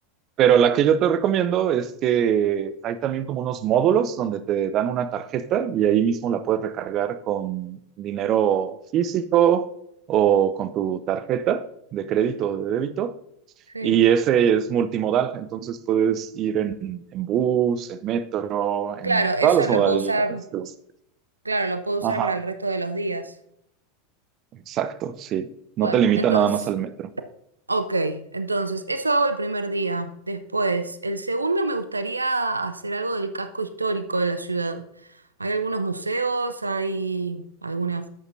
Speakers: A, on the right; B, on the right.
A: pero la que yo te recomiendo es que hay también como unos módulos donde te dan una tarjeta y ahí mismo la puedes recargar con dinero físico o con tu tarjeta de crédito o de débito.
B: sí.
A: Y ese es multimodal, entonces puedes ir en, en bus, en metro, en
B: Claro, eso
A: todas las
B: lo
A: modalidades.
B: puedo usar,
A: de los-
B: claro, lo puedo usar
A: Ajá,
B: para el resto de los días.
A: exacto, sí. No
B: Bueno,
A: te limita
B: entonces,
A: nada más al metro.
B: ok, entonces, eso hago el primer día. Después, el segundo me gustaría hacer algo del casco histórico de la ciudad. Hay algunos museos, hay alguna